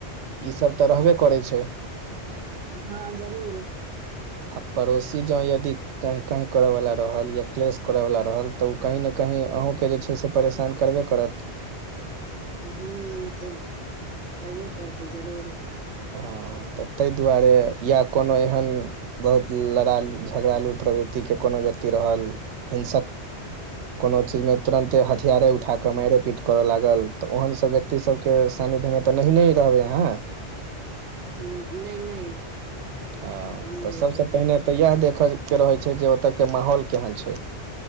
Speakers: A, on the right; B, on the right.
A: ई सब तऽ रहबे करै छैय
B: हँ जरूर
A: आ पड़ोसी जँ यदि कांय कांय करयवला रहल या क्लेश करयवला रहल तऽ ओ कहीं नऽ कहीं अहूं के से परेशान करबे करत
B: हूँ तऽ करबे करतै जरूर
A: हँ तऽ तइ दुआरे या कोनो एहन बहुत लड़ाकू झगड़ालू प्रवृति के कोनो व्यक्ति रहल हिंसक कोनो चीजमे तुरन्ते हथियारे उठा कऽ मारिये पीट करय लागल तऽ ओहनसभ सब के सानिध्य मे तऽ नहि नऽ रहबय अहाँ
B: हू नहि नहि
A: ह
B: नहि
A: तऽ
B: रहि
A: सबसँ
B: पेबै
A: पहिने तऽ इएह देखय के रहैत छै जे ओतय के माहौल केहन छै।